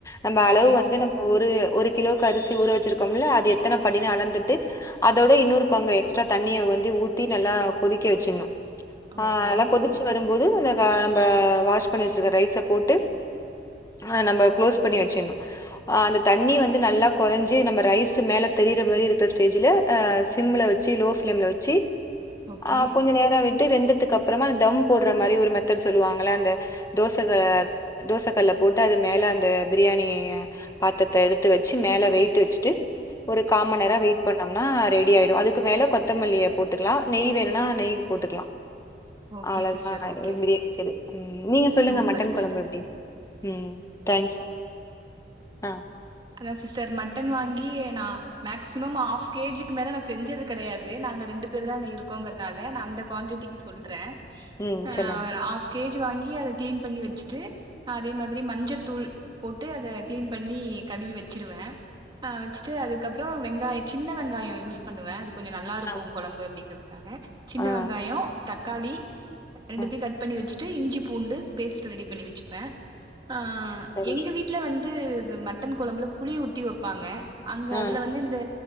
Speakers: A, on the left; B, on the right.
A: நம்ம
B: ஓகே
A: அளவு வந்து நம் ஒரு ஒரு கிலோக்கு அரிசி ஊற வச்சிருக்கோம்ல அது எத்தன படினு அளந்துட்டு அதோட இன்னொரு பங்க எக்ஸ்ட்ரா தண்ணிய வந்து ஊத்தி நல்லா கொதிக்க வச்சிட்ணு ஆ
B: ஓகே
A: நல்லா கொதிச்சு வரும்போது அந்த கா நம்ப வாஷ் பண்ணி வச்சிருக்ற ரைஸ போட்டு ஆ நம்ப க்ளோஸ் பண்ணி வச்சிட்ணு ஆ அந்த தண்ணி வந்து நல்லா கொறஞ்சி நம்ம ரைஸ் மேல தெரிய்ற மாரி இருக்ற ஸ்டேஜ்ல அ சிம்ல வெச்சி லோ ஃபிளேம்ல வெச்சி
B: ஓகே
A: அ கொஞ்ச நேரோ விட் ட்டு வெந்ததுக்கு அப்பறமா தம் போட்ற மாரி ஒரு மெத்தட் சொல்லுவாங்கள்ல அந்த தோச க தோச கல்ல போட்டு அது மேல அந்த பிரியாணி பாத்திரத்த எடுத்து வச்சு மேல வெயிட் வச்சுட்டு ஒரு காமண் நேரோ
B: ஓ-
A: வெயிட் பண்ணோம்னா ரெடி ஆயிடு அதுக்கு மேல கொத்தமல்லிய போட்டுக்கலா நெய் வேணுனா நெய் போட்டுக்லா
B: ஓகே
A: அவ்ளோதா
B: சிஸ்டர் ஓகே
A: பிரியாணி செய்றது நீங்க சொல்லுங்க
B: சூப்பர்
A: மட்டன்
B: சிஸ்டர்
A: கொழம்பு எ ம் தாங்க்ஸ் அ
B: அதான் சிஸ்டர் மட்டன் வாங்கி நா மேக்சிமம் ஆஃப் கேஜிக்கு மேல நா செஞ்சது கெடையாது நாங்க ரெண்டு பேரு தாங்க இருக்கோங்கறதால நா அந்த குவான்டிட்டிக்கு சொல்றே
A: ம்
B: எ
A: சொல்லுங்க
B: ஒரு ஆஃப் கே ஜி வாங்கி அத க்ளீன் பண்ணி வச்சுட்டு அதே மாதிரி மஞ்சத்தூள் போட்டு அத க்ளீன் பண்ணி கழுவி வச்சிற்வே ஆ வெச்சுட்டு அதுக்கப்றோ வெங்காயோ சின்ன வெங்காயோ யூஸ் பண்ணுவே அது கொஞ்சோ நல்லாருக்கு
A: ஆ
B: கொழம்பு அப்டிங்கறதுக்காக சின்ன
A: ஆ
B: வெங்காயோ தக்காளி ரெண்டுத்தையு
A: ஆ
B: கட் பண்ணி வச்சுட்டு இஞ்சி பூண்டு பேஸ்ட் ரெடி பண்ணி வச்சுப்பே ஆ
A: சரி
B: எங்க வீட்ல வந்து மட்டன் கொழம்புல புளி ஊத்தி வப்பாங்க அங்க
A: ஆ
B: அதுல வந் இந்த